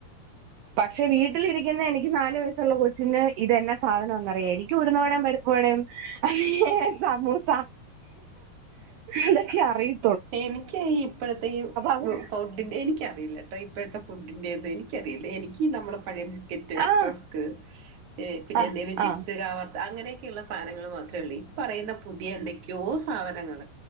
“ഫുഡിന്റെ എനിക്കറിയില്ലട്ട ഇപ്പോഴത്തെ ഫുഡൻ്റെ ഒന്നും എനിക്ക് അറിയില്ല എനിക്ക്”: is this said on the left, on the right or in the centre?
Right